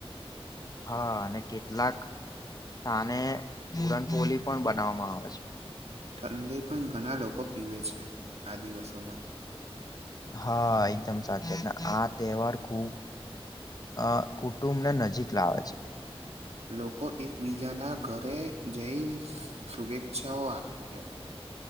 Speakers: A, on the left; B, on the right.
A: હા અને કેટલાક સ્થાને પુરણપોલી પણ બનાવવામાં આવે છે.
B: ઠંડાઇ પણ ઘણા લોકો પીવે છે આ દિવસોમાં
A: હા, એકદમ સાચત, આ તહેવાર ખુબ અ, કુટુંબને નજીક લાવે છે.
B: લોકો એકબીજાના ઘરે જઈ શુભેચ્છાઓ આપે છે.